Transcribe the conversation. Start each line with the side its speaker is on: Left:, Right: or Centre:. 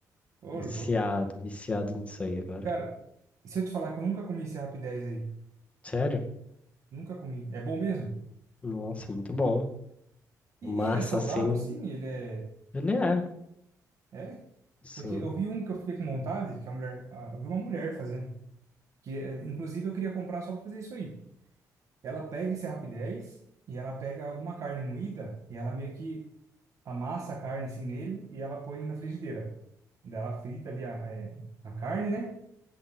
Right: Ô,
Left: Viciado,
Right: louco.
Left: viciado nisso aí agora.
Right: Cara, e se eu te falar que eu nunca comi esse Rap 10 aí?
Left: Sério?
Right: Nunca comi. É bom mesmo?
Left: Nossa, muito bom.
Right: E,
Left: Massa,
Right: e ele é saudável,
Left: assim,
Right: sim? Ele é...
Left: ele é.
Right: É?
Left: Sim,
Right: Porque eu vi um que eu fiquei com vontade, que a mulher... ah, Eu vi uma mulher fazendo. Que, eh, inclusive, eu queria comprar só pra fazer isso aí. Ela pega esse Rap 10 e ela pega alguma carne moída e ela meio que amassa a carne assim nele e ela põe na frigideira. Daí ela frita ali a, eh, a carne, né?